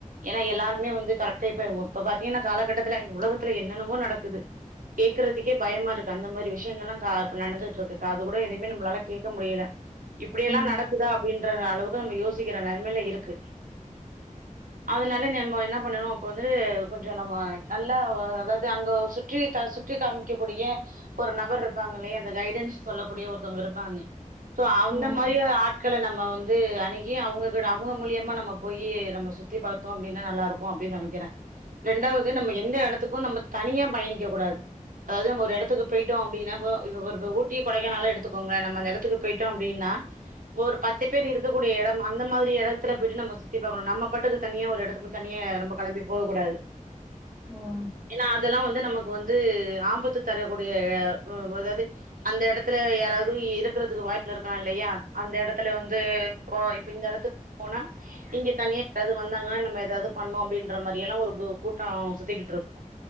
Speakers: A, on the right (about 80°); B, on the left (about 15°).
A: ஏனா எல்லாருக்மே வந்து கரெக்டா இப்ப இப்ப பாத்தீங்கன்னா காலகட்டத்துல உலகத்துல என்னென்னவோ நடக்குது கேக்குறதுக்கே பயமா இருக்கு அந்த மாரி விஷயங்கள்லா கா இப்ப நடந்துட்டு இருக்கு காது கூட எதுவுமே நம்மளால கேட்க முடியல இப்டியெல்லா
B: ம்
A: நடக்குதா அப்டின்ற அளவுக்கு நம்ம யோசிக்கிற நெலமைல இருக்கு அதனால நெம்மோ என்ன பண்ணணு அப்ப வந்து கொஞ் சோ நம்ம நல்லா ஒ அதாவ்து அங்க சுற்றி க சுற்றி காமிக்க கூடிய ஒரு நபர் இருப்பாங்கல்லையா அந்த கைடன்ஸ் சொல்லக்கூடிய ஒருத்தங்க இருப்பாங்க சோ அந்த
B: ம்
A: மாரி ஆட்கள நம்ம வந் து அணுகி அவங்ககிட்ட அவங்க மூலியமா நம்ம போயி நம்ம சுத்தி பாத்தோ அப்டின்னா நல்லாருக்கு அப்டின்னு நெனைக்கிறே ரெண்டாவ்து நம்ம எந்த எடத்துக்கு நம்ம தனியா பயணிக்க கூடாது அதாவ்து நம்ம ஒரு எடத்துக்கு பேயிட்டோ அப்டின்னா இப்ப இப்ப பாரு இப்ப ஊட்டி கொடைக்கானாலே எடுத்துக்கோங்க நம்ம அந்த எடத்துக்குப் பொய்ட்டோ அப்டின்னா ஒரு பத்து பேர் இருக்ககூடிய எடம் அந்த மாதிரி எடத்துல போய்ட்டு நம்ம சுத்தி பாக்கணு நம்ம பாட்டுக்கு தனியா ஒரு எடத்துக்கு தனியே நம்ப கெளம்பி போக கூடாது
B: ம் ஆ
A: ஏனா அதெல்லா வந்து நமக்கு வந்து ஆபத்து தரக்கூடிய எ வ அதாவ்து அந்த எடத்துல யாராவது இருக்கிறதுக்கு வாய்ப்பு இருக்கலா இல்லையா அந்த எடத்துல வந்து இப்போ இப்ப இந்த எடத்துக் போனா இங்க தனியா யாராவ்து வந்தாங்கன்னா நம்ம எதாவது பண்ணு அப்டின்ற மாரி எல்லா ஒரு கு கூட்டோ சுத்திக்கிட்டுருக்